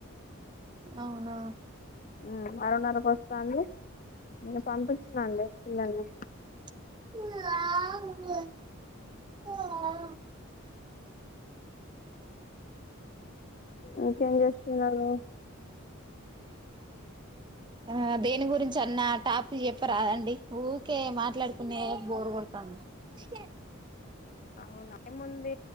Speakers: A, on the right (about 20°); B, on the left (about 40°).
A: అవునా
B: మ్ ఆరున్నరకు వస్తా అంది ఇంకా పంపించినాలే పిల్లల్ని
A: <unintelligible>
B: ఇంకేం చేస్తున్నారు
A: ఆ దేని గురించి అన్న టాపి చెప్పరాదండి ఊకే మాట్లాడుకునే బోరు కొడుతాంది. ఇష్క్య
B: అవునా ముంది